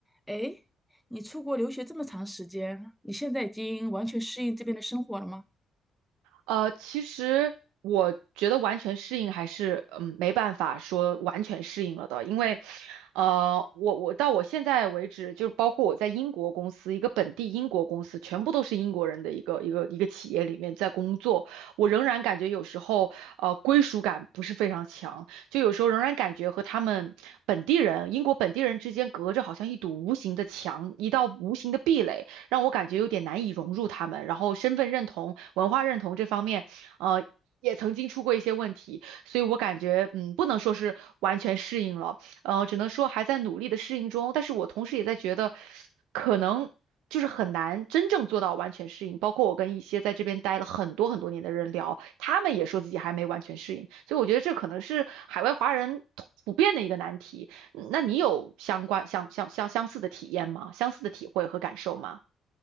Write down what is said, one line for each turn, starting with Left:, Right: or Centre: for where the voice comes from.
Centre: 哎，你出国留学这么长时间，你现在已经完全适应这边的生活了吗？
Right: 呃，其实我觉得完全适应还是嗯没办法说完全适应了的，因为呃我我到我现在为止，就是包括我在英国公司一个本地英国公司，全部都是英国人的一个一个一个企业里面在工作，我仍然感觉有时候呃归属感不是非常强，就有时候仍然感觉和他们本地人英国本地人之间隔着好像一堵无形的墙，一道无形的壁垒。让我感觉有点难以融入他们。然后身份认同、文化认同这方面，呃，也曾经出过一些问题，所以我感觉，嗯，不能说是完全适应了，呃，只能说还在努力的适应中。但是我同时也在觉得，可能。就是很难真正做到完全适应，包括我跟一些在这边待了很多很多年的人聊，他们也说自己还没完全适应，所以我觉得这可能是海外华人普普遍的一个难题。嗯那你有相关相相相相似的体验吗？相似的体会和感受吗？